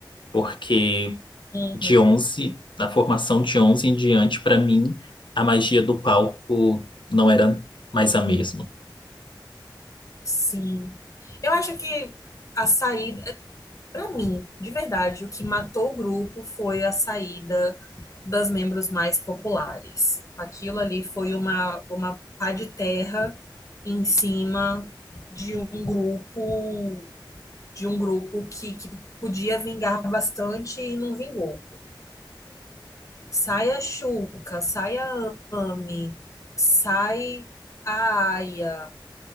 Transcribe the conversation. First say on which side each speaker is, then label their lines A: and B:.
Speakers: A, on the left; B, on the left.
A: porque
B: Uhum.
A: de 11, na formação de 11 em diante, para mim a magia do palco não era mais a mesma.
B: Sim. Eu acho que a saída, pra mim, de verdade, o que matou o grupo foi a saída das membros mais populares. Aquilo ali foi uma, uma pá de terra em cima de um grupo, de um grupo que, que podia vingar bastante e não vingou. Sai a Xuca, sai a Ami, sai a Aya,